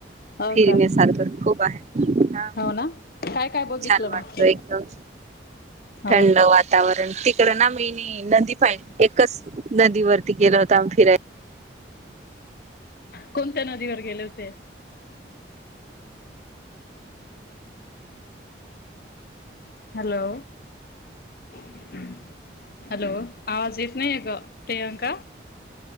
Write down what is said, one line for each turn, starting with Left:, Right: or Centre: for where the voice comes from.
Left: हो
Right: फिरण्यासारख
Left: का
Right: खूप आहे ह
Left: हो ना काय काय बघितलं
Right: छान वाटत
Left: मग
Right: एकदम
Left: हो
Right: थंड वातावरण तिकड ना मीनी नदी पा एकच नदीवररती गेला होता आ्ही फिरायला
Left: कोणत्या नदीवर गेले होते हॅलो हॅलो आवाज येत नाही आहे ग प्रियांका